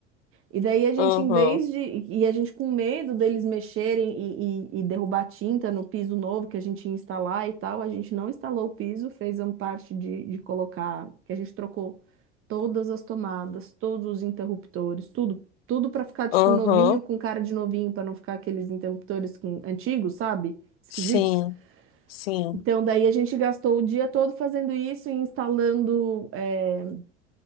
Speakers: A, on the right (about 35°); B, on the left (about 55°).
A: E daí a gente,
B: uhum,
A: em vez de. E a gente com medo deles mexerem e, e, e derrubar tinta no piso novo que a gente ia instalar e tal, a gente não instalou o piso, fez a parte de, de colocar, que a gente trocou todas as tomadas, todos os interruptores, tudo. Tudo para ficar, tipo,
B: uhum.
A: novinho, com cara de novinho, para não ficar aqueles interruptores com- antigos, sabe? Esquisitos.
B: Sim, sim.
A: Então, daí a gente gastou o dia todo fazendo isso e instalando. é,